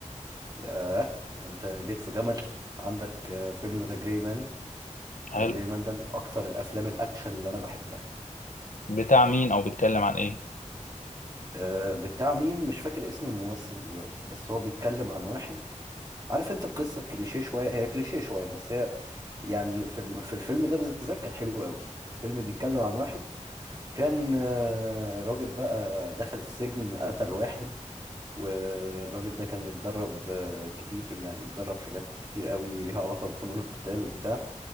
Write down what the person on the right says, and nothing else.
ياه ده انت جيت في جمل عندك آه، فيلم ذا جراي مان
ذا جراي مان ده من اكتر الافلام الاكشن اللي انا بحبها
آه، بتاع مين مش فاكر اسم الممثل دلوقتي بس هو بيتكلم عن واحد عارف انت القصة كليشيه شوية هي كليشيه شوية بس هي يعني في الم- في الفيلم ده بالذات كانت حلوة قوي الفيلم بيتكلم عن واحد كان آه، راجل بقى دخل السجن قتل واحد والراجل ده كان متدرب آه، كتير يعني متدرب حاجات كتير قوي ليها علاقة بفنون القتال وبتاع